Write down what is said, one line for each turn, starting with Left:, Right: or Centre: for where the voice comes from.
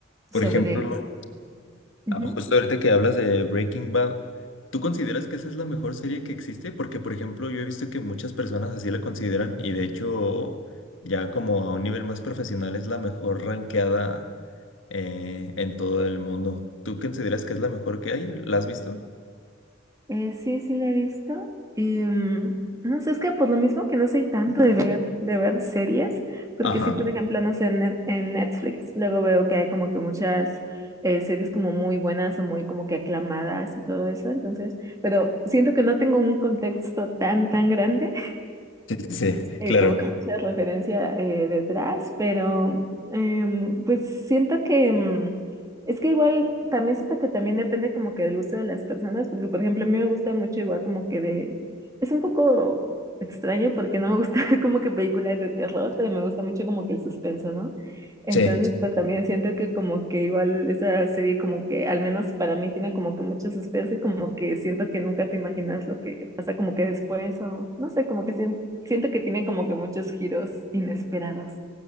Left: Por
Right: sobre.
Left: ejemplo,
Right: Ujú.
Left: Ah, justo ahorita que hablas de Breaking Bad, ¿tú consideras que esa es la mejor serie que existe? Porque, por ejemplo, yo he visto que muchas personas así la consideran y de hecho ya como a un nivel más profesional es la mejor rankeada eh, en todo el mundo. ¿Tú consideras que es la mejor que hay? ¿La has visto?
Right: Eh, sí, sí la he visto. Y mm, no sé, es que por lo mismo que no soy tanto de ver, de ver series, porque
Left: Ajá,
Right: sí, por ejemplo, no sé, en, Net- en Netflix luego veo que hay como que muchas eh, series como muy buenas o muy como que aclamadas y todo eso, entonces, pero siento que no tengo un contexto tan, tan grande
Left: sí, sí, sí,
Right: eh,
Left: claro.
Right: como que mucha referencia eh, detrás, pero em, pues siento que em, es que igual también siento que también depende como que del gusto de las personas, porque por ejemplo a mí me gusta mucho igual como que de, es un poco extraño porque no me gusta <laughs> como que películas de terror, pero me gusta mucho como que el suspenso, ¿no? Entonces,
Left: Sí,
Right: pues también siento que como que igual esa serie como que, al menos para mí, tiene como que mucho suspenso y como que siento que nunca te imaginas lo que pasa como que después o no sé, como que sien- siento que tiene como que muchos giros inesperados.